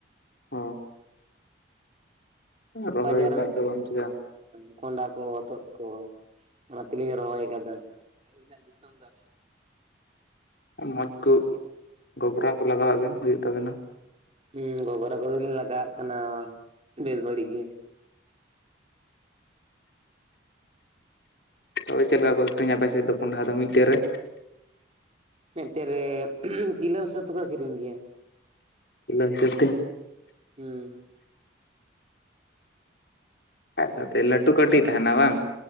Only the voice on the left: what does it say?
ᱦᱚᱸ ᱨᱚᱦᱚᱭ
ᱠᱟᱫ ᱫᱚ ᱵᱟᱢ ᱪᱤᱠᱟᱹ
ᱢᱚᱸᱡᱽ ᱠᱚ ᱜᱚᱜᱽᱨᱟ ᱠᱚ ᱞᱟᱜᱟᱣᱟᱜ ᱵᱮᱱ ᱦᱩᱭᱩᱜ ᱛᱟᱵᱮᱱᱟ ᱾
ᱛᱚᱵᱮ ᱪᱮᱫ ᱞᱮᱠᱟ ᱠᱚ ᱟᱠᱷᱨᱤᱧᱼᱟ ᱟᱯᱮ ᱥᱮᱫ ᱫᱚ ᱠᱚᱱᱰᱟᱦᱟ ᱫᱚ ᱢᱤᱫᱴᱮᱱ ᱨᱮ?
ᱠᱤᱞᱳ ᱦᱤᱥᱟᱹᱵ ᱛᱮ?
<unintelligible> ᱞᱟᱹᱴᱩ ᱠᱟᱹᱴᱤᱡ ᱛᱟᱦᱮᱱᱟ ᱵᱟᱝ?